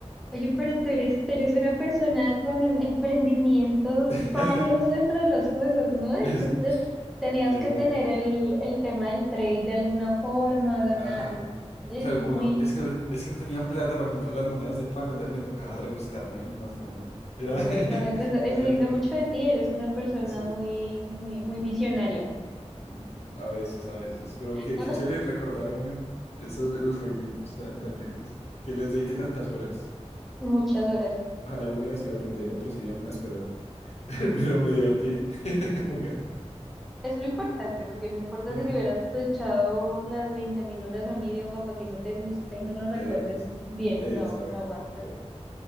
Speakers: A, in the centre; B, on the left.
A: Oye, pero tú eres, tú eres una persona con un- emprendimientos
B: <laughs>
A: varios dentro de los juegos, ¿no?
B: Es,
A: Entonces tú tenías
B: es
A: que
B: verdad.
A: tener el, el tema del trade de alguna forma, ganar.
B: Ajá.
A: Oye,
B: Claro,
A: es muy
B: como no, es que no, es que no tenía plata para comprar las monedas de pago, entonces me tocaba rebuscarme de alguna forma. Era,
A: bueno,
B: <laughs>
A: e-, eso, eso
B: tenía
A: dice
B: el, t-
A: mucho de ti, eres una persona
B: sí,
A: muy, muy, muy visionaria.
B: Mm, a veces, a veces, pero
A: <laughs>
B: qué, qué chévere recordar, hombre, esos, esos jueguitos tan, tan lindos, que les dediqué tantas horas.
A: Muchas horas.
B: Ojalá hubiera sido aprender otros idiomas, pero, <laughs> pero me divertí <laughs> jugando.
A: Es lo importante, porque no importa
B: Ajá.
A: si le hubieras echado las 20.000 horas a un idioma para que no te guste y no lo recuerdes
B: Es-
A: bien,
B: exacto,
A: no, no aguanta.
B: exacto.